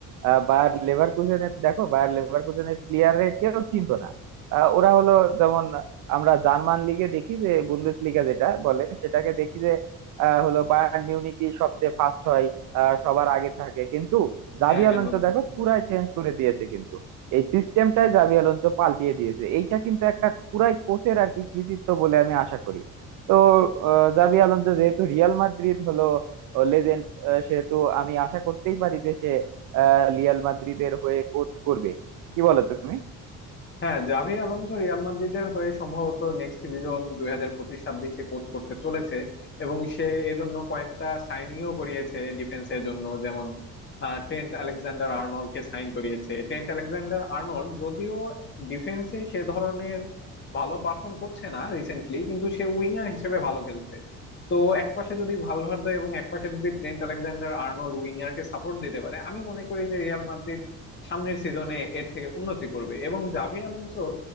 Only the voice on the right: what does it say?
আহ, বায়ার লেভারকুসেনের দেখো বায়ার লেভারকুসেনের প্লেয়াররা কেউ চিনতো না আহ, ওরা হলো যেমন আমরা জার্মান লিগে দেখি যে বুন্দেস লিগা যেটা বলে সেটাকে দেখি যে আহ, হলো বায়ার্ন মিউনিখই সবচেয়ে ফার্স্ট হয় আহ, সবার আগে থাকে কিন্তু জাভি
আলোনসো
দেখো পুরাই চেঞ্জ করে দিয়েছে কিন্তু এই সিস্টেমটাই জাভি আলোনসো পাল্টিয়ে দিয়েছে এইটা কিন্তু একটা পুরাই কোচের আর কি কৃতিত্ব বলে আমি আশা করি তো আহ, জাভি আলোনসো যেহেতু রিয়াল মাদ্রিদ হলো লেজেন্ড আহ, সেহেতু আমি আশা করতেই পারি যে সে আহ, রিয়াল মাদ্রিদের হয়ে কোচ করবে কি বলো তুমি